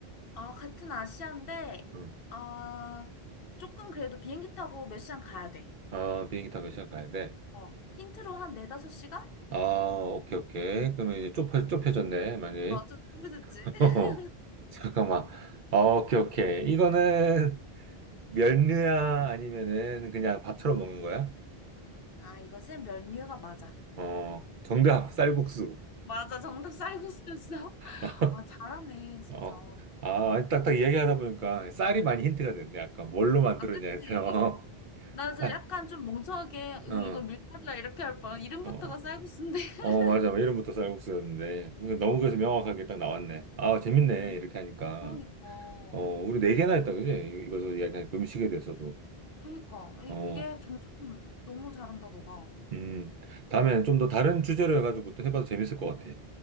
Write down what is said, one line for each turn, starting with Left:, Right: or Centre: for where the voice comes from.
Left: 아, 같은 아시아인데
Right: 응.
Left: 아, 조금 그래도 비행기 타고 몇 시간 가야 돼.
Right: 어, 비행기 타고 시간 가야 돼.
Left: 어. 힌트로 한 네다섯 시간?
Right: 아, 오케이, 오케이.
Left: 응.
Right: 그러면 이제 좁혀, 좁혀졌네, 많이.
Left: 어, 좀 좁혀졌지?
Right: <laughs>
Left: <laughs>
Right: 잠깐만. 아, 오케이, 오케이. 이거는 면류야 아니면은 그냥 밥처럼
Left: 응.
Right: 먹는 거야?
Left: 아, 이것은 면류가 맞아.
Right: 어, 정답, 쌀국수.
Left: 응. 맞아, 정답 쌀국수였어? <laughs>
Right: <laughs>
Left: 아, 잘하네, 진짜.
Right: 어, 아, 딱딱 이야기하다 보니까 쌀이 많이 힌트가 됐네. 아까 뭘로 만들었냐
Left: 아, 그치?
Right: 해서. <laughs>
Left: 나도
Right: 쌀,
Left: 약간 좀 멍청하게, 응,
Right: 어,
Left: 이거 밀가루야, 이렇게 할 뻔. 이름부터가
Right: 어,
Left: 쌀국수인데. <laughs>
Right: 어, 맞아. 뭐 이름부터 쌀국수였는데. 이거 너무
Left: 어,
Right: 그래서 명확하게 딱 나왔네. 아, 재밌네.
Left: 아니,
Right: 이렇게 하니까.
Left: 그러니까.
Right: 어, 우리 네 개나 했다, 그지? 이거서 약간 음식에 대해서도.
Left: 그러니까. 아니,
Right: 어,
Left: 이게 점점 너무 잘한다, 너가.
Right: 음. 다음엔 좀 더 다른 주제로 해가지고 또 해봐도 재밌을 것 같아.